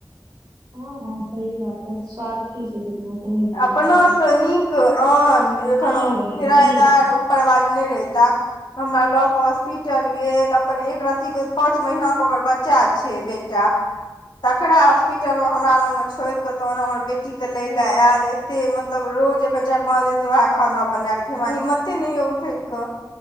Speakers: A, on the right (about 65°); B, on the left (about 80°).
A: हँ हँ सही बात छै स्वार्थी छै दुनिया से नहि बुझै
B: अपनासँ
A: छै
B: नीक आन एखन
A: आन
B: ओ
A: रहै
B: किरायेदार
A: छै सही बात
B: ऊपर बाली नय रहिता। हमरा लऽ कऽ हॉस्पिटल गेल अपन एक रती गो पाँच महीन कऽ ओकर बच्चा छै बे टा तकरा हॉस्पिटल मऽ हमरा लग मऽ छोइड़ कऽ तहन हमर बेटी कऽ लैय लऽ आयल। एते मतलब रोज एखन चारि पाच दिन सँ ओहै खाना बना कऽ दै हमरा हिम्मते नय होय यऽ उठै कऽ